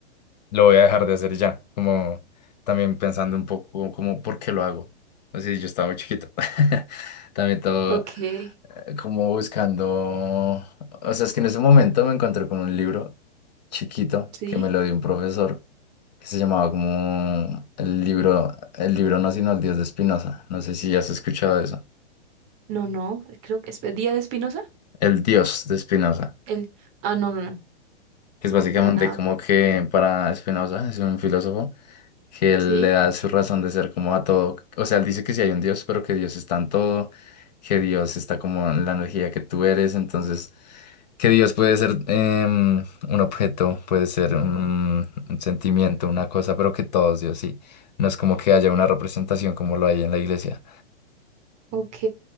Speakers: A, on the left; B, on the right.
A: lo voy a dejar de hacer ya, como también pensando un poco como por qué lo hago. Así yo estaba muy chiquito. <laughs> También todo
B: ok,
A: eh, como buscando, o sea, es que en ese momento me encontré con un libro chiquito
B: sí,
A: que me lo dio un profesor que se llamaba como el libro, el libro no, sino el Dios de Spinoza. No sé si has escuchado eso.
B: No, no, creo que es Día de Espinosa.
A: El Dios de Spinoza,
B: El... Ah, no, no, no,
A: que es básicamente
B: para nada.
A: como que para Spinoza es un filósofo que él
B: Sí,
A: le da su razón de ser como a todo. O sea, él dice que sí hay un Dios, pero que Dios está en todo, que Dios está como en la energía que tú eres, entonces que Dios puede ser em, un objeto, puede ser un, un sentimiento, una cosa, pero que todo es Dios, sí. No es como que haya una representación como lo hay en la iglesia.
B: ok,